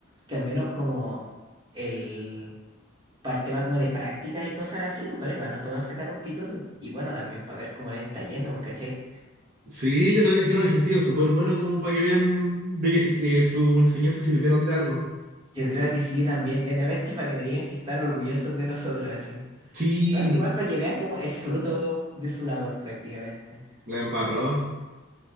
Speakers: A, on the right; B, on the right.
A: Que al menos como el, para el tema como de prácticas y cosas así, en bola igual nos podemos sacar un pituto. Y bueno, también para ver cómo les está yendo, pues, ¿cachai?
B: Sí, yo creo que hicieron un ejercicio súper bueno como para que vean de que eh, su enseñanza sirvieron de algo.
A: Yo creo que sí también, netamente para que me digan que están orgullosos de nosotros, así.
B: Sí,
A: Y aparte igual para que veas como el fruto de su labor prácticamente.
B: la embarró.